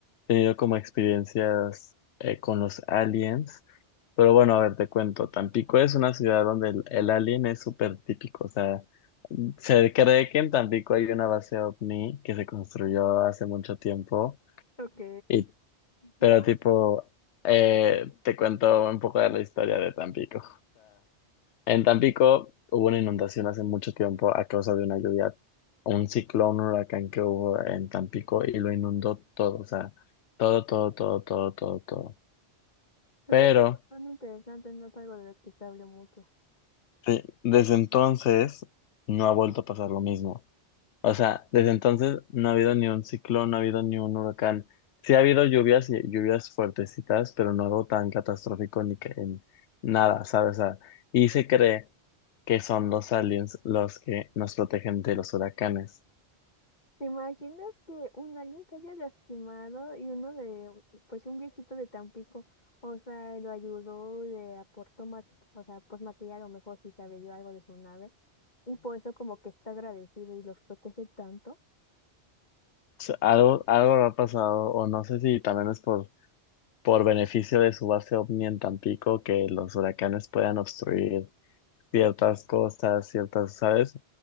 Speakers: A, on the left; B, on the left.
A: tenido como experiencias eh, con los aliens. Pero bueno, a ver, te cuento. Tampico es una ciudad donde el, el alien es súper típico. O sea, se cree que en Tampico hay una base ovni que se construyó hace mucho tiempo.
B: Ok.
A: Y, pero
B: Ajá.
A: tipo, eh, te cuento un poco de la historia de Tampico. En Tampico hubo una inundación hace mucho tiempo a causa de una lluvia, un ciclón, un huracán que hubo en Tampico y lo inundó todo, o sea, todo, todo, todo, todo, todo, todo.
B: Ok,
A: Pero
B: son interesantes, no es algo de lo que se habló mucho.
A: sí, desde entonces no ha vuelto a pasar lo mismo. O sea, desde entonces no ha habido ni un ciclón, no ha habido ni un huracán. Sí ha habido lluvias y lluvias fuertecitas, pero no algo tan catastrófico ni que en nada, ¿sabes? O sea, y se cree que son los aliens los que nos protegen de los huracanes.
B: ¿Te imaginas que un alguien se haya lastimado y uno de, pues un viejito de Tampico, o sea, lo ayudó, le aportó, ma- o sea, pues material, o mejor si sabe dio algo de su nave, y por eso como que está agradecido y los protege tanto?
A: sea, algo, algo habrá pasado, o no sé si también es por, por beneficio de su base ovni en Tampico que los huracanes puedan obstruir ciertas cosas, ciertas, ¿sabes?